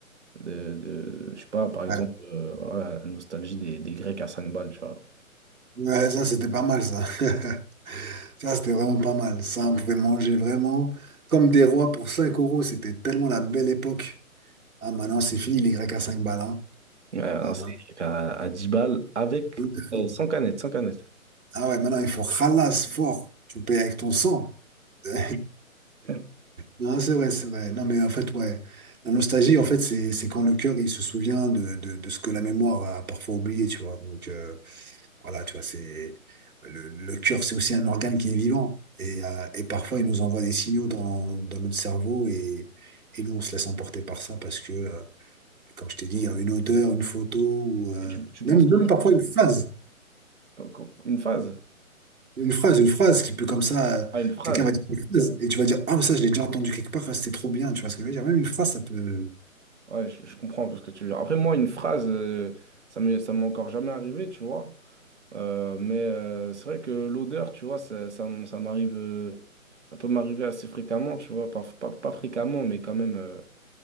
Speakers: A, on the right; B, on the right.
A: de, de- je sais pas, par exemple,
B: Ouais,
A: euh, voilà, la nostalgie des, des Grecs à 5 balles, tu vois,
B: Ouais, ça, c'était pas mal, ça. <laughs> Ça, c'était vraiment pas mal. Ça, on pouvait manger vraiment comme des rois pour 5 euros. C'était tellement la belle époque. Ah, maintenant, c'est fini, les Grecs à 5 balles. hein.
A: Ouais, un
B: Ah,
A: steak
B: maintenant-
A: à, à 10 balles avec
B: <laughs>
A: euh, sans canette, sans canette.
B: Ah ouais, maintenant, il faut ralasse fort. Tu payes avec ton sang. <laughs>
A: Euh,
B: Non, c'est vrai, c'est vrai. Non, mais en fait, ouais. La nostalgie, en fait, c'est c'est quand le cœur, il se souvient de, de, de ce que la mémoire a parfois oublié, tu vois. Donc, euh, voilà, tu vois, c'est... Le, le cœur, c'est aussi un organe qui est vivant. Et, euh, et parfois, il nous envoie des signaux dans, dans notre cerveau et, et nous, on se laisse emporter par ça parce que, euh, comme je t'ai dit, il y a une odeur, une photo ou... euh,
A: Et tu, tu
B: même,
A: penses
B: même parfois une phrase.
A: que- que- une phase?
B: Une phrase, une phrase qui peut comme ça... euh,
A: Ah, une phrase.
B: quelqu'un va dire une phrase et tu vas dire, ah, ça, je l'ai déjà entendu quelque part, ah, c'était trop bien, tu vois ce que je veux dire. Même une phrase, ça peut...
A: Ouais, je, je comprends parce que tu. Après, moi, une phrase, euh, ça m'est, ça m'est encore jamais arrivé, tu vois. Euh, mais euh, c'est vrai que l'odeur, tu vois, ça, ça, m- ça m'arrive. euh, ça peut m'arriver assez fréquemment, tu vois. Pas, pas, pas fréquemment, mais quand même. euh,